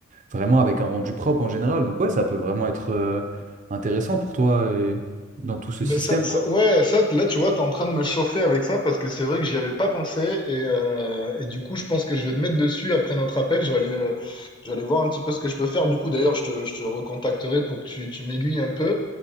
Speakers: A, on the right; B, on the left.
A: vraiment avec un rendu propre en général. Donc, ouais, ça peut vraiment être euh, intéressant pour toi euh, dans tout ce
B: Mais
A: système,
B: ça, ça-
A: quoi.
B: ouais, ça, là, tu vois, t'es en train de me chauffer avec ça parce que c'est vrai que j'y avais pas pensé et, euh, et du coup, je pense que je vais te mettre dessus après notre appel. Je vais aller, euh, je vais aller voir un petit peu ce que je peux faire. Du coup, d'ailleurs, je te, je te recontacterai pour que tu, tu m'aiguilles un peu.